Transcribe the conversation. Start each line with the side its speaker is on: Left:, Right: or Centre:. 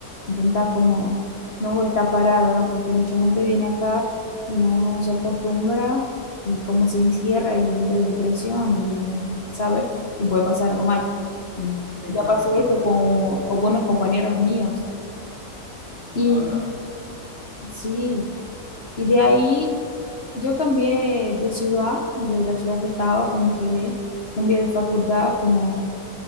Left: intentar como no estar parada, ¿no? Porque mucha gente viene acá y no se acostumbra y como se encierra y entra en depresión y, ¿sabes? Y puede pasar algo malo. Y
Right: sí,
Left: ya
Right: claro,
Left: pasó
Right: o
Left: esto
Right: sea,
Left: con algunos compañeros míos. Y
Right: hola.
Left: sí, y de ahí yo cambié de ciudad, de la ciudad que estaba cuando llegué, cambié de facultad como